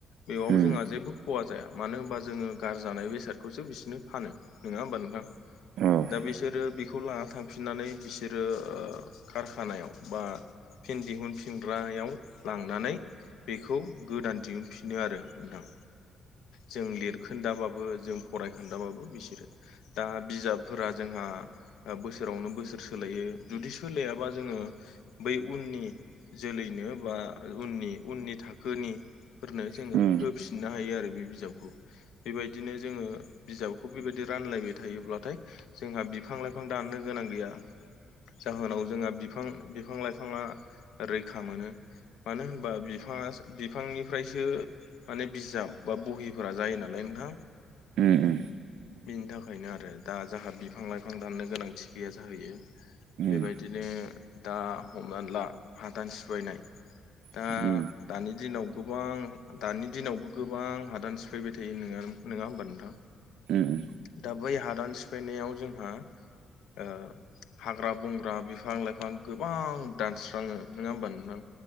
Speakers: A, on the left; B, on the right.
A: बेयाव
B: उम
A: जोंहा जेबो खहा जाया मानो होनबा जोङो गारजानाय बेसादखौसो बिसनो फानो नोङा होमबा नोंथां?
B: औ
A: दा बिसोरो बेखौ लाना थांफिननानै बिसोरो ओ कारखानायाव बा फिन दिहुनफिनग्रायाव लांनानै बेखौ गोदान दिहुनफिनो आरो नोंथां जों लिर खोन्दाबाबो जों फराय खोनदाबाबो बिसोरो दा बिजाबफोरा जोंहा ओ बोसो सोरावनो बोसोर सोलायो जुदि सोलायाबा जोङो बै उननि जोलैनो बा आ उननि उननि थाखोनि फोरनो जोङो
B: उम
A: होफिननो
B: उम
A: हायो आरो बे बिजाबखौ। बेबायदिनो जोङो बिजाबखौ बेबायदि रानलायबाय थायोब्लाथाय जोंहा बिफां लाइफां दाननो गोनां गैया जाहोनाव जोंहा बिफां बिफां लाइफाङा रैखा मोनो। मानो होनबा बिफाङा बिफांनिफ्रायसो माने बिजाब बा बहिफोरा जायो नालाय नोंथां।
B: उम उम।
A: बिनि थाखायनो आरो दा जाहा बिफां लाइफां दाननो गोनांथि गैया जाहैयो। बेबायदिनो
B: उम
A: दा हमनानै ला हादान सिफानाय दा
B: उम उम
A: दानि दिनाव गोबां दानि दिनावबो गोबां हादान सिफायबाय थायो नोङा नोङा होमबा नोंथां
B: उम
A: दा बै हादान सिफायनायाव जोंहा ओ हाग्रा बंग्रा बिफां लाइफां गोबां दानस्राङो नोङा होमबा नोंथां?